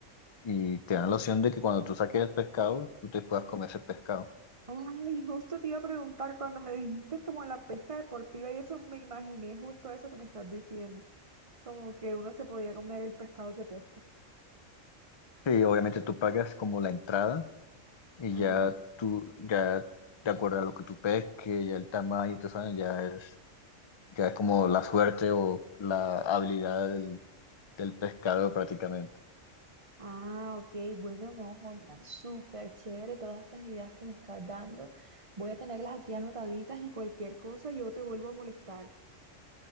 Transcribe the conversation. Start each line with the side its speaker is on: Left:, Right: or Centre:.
Left: y te dan la opción de que cuando tú saques el pescado, tú te puedas comer ese pescado.
Right: Ay, justo te iba a preguntar cuando me dijiste como la pesca deportiva y eso me imaginé justo eso que me estás diciendo, como que uno se podía comer el pescado que pesca.
Left: Sí, obviamente tú pagas como la entrada Y
Right: Ajá.
Left: ya tú, ya de acuerdo a lo que tú pesques, ya el tamaño y todo eso, ya es, ya es como la suerte o la habilidad del, del pescador prácticamente.
Right: Ah, ok, bueno, no, Holman, súper chévere todas estas ideas que me estás dando. Voy a tenerlas aquí anotaditas y cualquier cosa yo te vuelvo a molestar. <laughs>